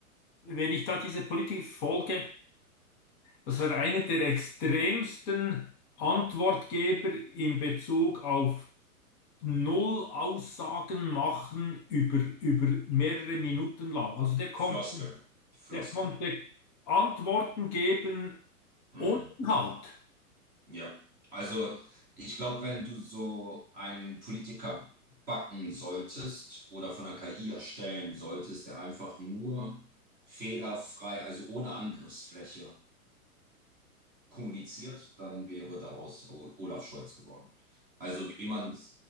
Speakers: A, on the left (about 35°); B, on the right (about 20°).
A: wenn ich da diese Politiker folge, das war einer der extremsten Antwortgeber in Bezug auf null Aussagen machen über, über mehrere Minuten lang. Also der konnte,
B: Floskel, Floskel.
A: der konnte Antworten geben
B: Mhm.
A: ohne Inhalt.
B: Ja, also ich glaube, wenn du so einen Politiker backen solltest oder von der KI erstellen solltest, der einfach nur fehlerfrei, also ohne Angriffsfläche kommuniziert, dann wäre daraus O- Olaf Scholz geworden. Also wie man